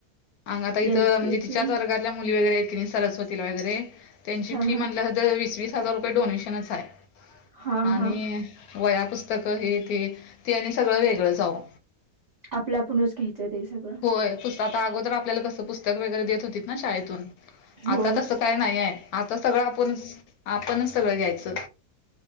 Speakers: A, on the left; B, on the right.
A: अंग आता इथं
B: एल
A: म्हणजे
B: के जी
A: तिच्या व तिच्या वर्गातील मुली वगैरे सरस्वती ला वगैरे त्यांची
B: हा
A: फी
B: हा
A: म्हणला तर वीस वीस हजार रुपये डोनेशनच आहे
B: हा
A: आणि
B: हा
A: वया पुस्तकं ही ती ती आणि सगळं वेगळं जाऊ
B: आपल्या आपणच घ्यायचं ते सगळं
A: होय पुस्तात अगोदर आपल्याला कसं पुस्तक वगैरे देत होती ना शाळेतून
B: होय
A: आता तसं काय नाहीय आता सगळं आपणच आपणच सगळं घ्यायचं